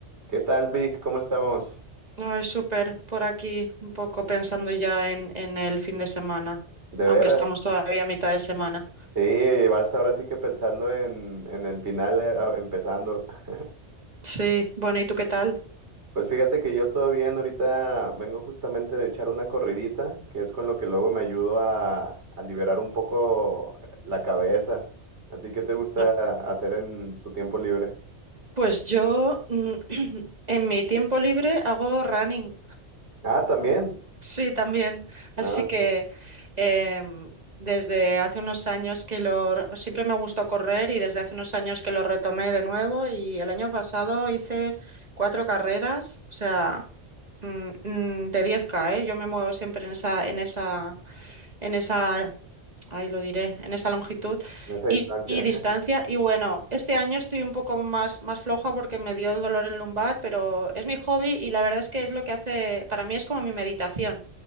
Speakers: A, on the right; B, on the right.
A: ¿Qué tal, Vic? ¿Cómo estamos?
B: Ay, súper, por aquí un poco pensando ya en, en el fin de semana,
A: ¿De
B: aunque
A: veras?
B: estamos todavía a mitad de semana.
A: Sí, vas ahora sí que pensando en, en el final, eh, ah, empezando. <laughs>
B: Sí, bueno, ¿y tú qué tal?
A: Pues fíjate que yo todo bien, ahorita vengo justamente de echar una corridita, que es con lo que luego me ayudo a, a liberar un poco eh, la cabeza. ¿A ti qué te gusta
B: Ah,
A: hacer en tu tiempo libre?
B: Pues yo mm, <clears throat> en mi tiempo libre hago running,
A: Ah, también.
B: sí, también. Así
A: Ah,
B: que
A: ok.
B: em, desde hace unos años que lo... re- Siempre me gustó correr y desde hace unos años que lo retomé de nuevo y el año pasado hice cuatro carreras, o sea, mm, mm, de 10K, ¿eh? Yo me muevo siempre en esa, en esa en esa, ahí lo diré, en esa longitud
A: En esa distancia.
B: y, y distancia.
A: <laughs>
B: Y bueno, este año estoy un poco más, más floja porque me dio dolor en lumbar, pero es mi hobby y la verdad es que es lo que hace, para mí es como mi meditación.